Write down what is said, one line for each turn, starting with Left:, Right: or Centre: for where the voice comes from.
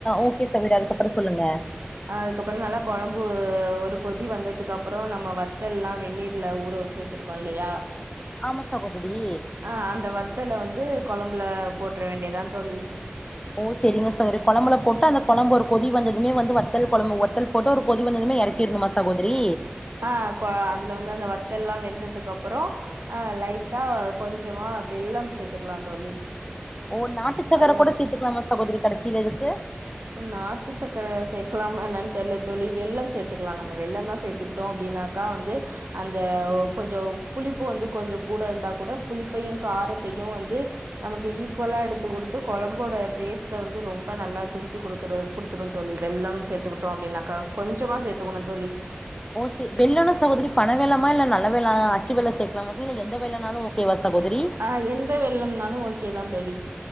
Left: ஓகே சகோதரி அதுக்கப்புறம் சொல்லுங்க
Right: அதுக்கப்புறம் நல்லா குழம்பு ஒரு கொதி வந்ததுக்கப்புறம் நம்ம வத்தல் எல்லாம் வெந்நீர்ல ஊற வச்சு வச்சிருக்கோம் இல்லையா
Left: ஆமா சகோதரி
Right: ஆஹ் அந்த வத்தல வந்து குழம்புல போட்டுற வேண்டியதான் தோழி
Left: ஓ சரிங்க சரி குழம்புல போட்டு அந்த குழம்பு ஒரு கொதி வந்ததுமே வந்து வத்தல் குழம்பு வத்தல் போட்டு ஒரு கொதி வந்ததுமே இறக்கிருணுமா சகோதரி
Right: ஆஹ் கொ அதுல வந்து அந்த வத்தல் எல்லாம் வெந்ததுக்கு அப்புறம் ஆஹ் லைட்டா கொஞ்சமா வெல்லம் சேத்துக்கலாம் தோழி
Left: ஓ நாட்டு சக்கரை
Right: அது வந்து
Left: கூட சேத்துக்கலாமா சகோதரி கடைசியில இதுக்கு
Right: நாட்டு சக்கரை சேக்கலாமா என்னன்னு தெர்ல தோழி வெல்லம் சேத்துலாம் நம வெல்லம் தான் சேத்துக்கிட்டோம் அப்டின்னா கா வந்து அந்த கொஞ்சம் புளிப்பு வந்து கொஞ்சம் கூட இருந்தா கூட புளிப்பையும் காரத்தையும் வந்து நமக்கு ஈக்குவலா எடுத்து கொடுத்து குழம்போட டேஸ்ட்ட வந்து ரொம்ப நல்லா தூ கொடுக்குது குடுத்துரும் தோழி வெல்லம் சேத்துக்கிட்டோம் அப்படின்னாக்கா கொஞ்சமா சேத்துக்கணும் தோழி
Left: ஓ சரி வெல்லம்ன்னா சகோதரி பணை வெல்வமா இல்ல நல்ல வெல்ல அச்சு வெல்லம் சேக்கலாம சரி இல்ல எந்த வெல்லம்னாலும் ஓகேவா சகோதரி
Right: ஆ எந்த வெல்லம்ன்னாலும் ஓகே தான் தோழி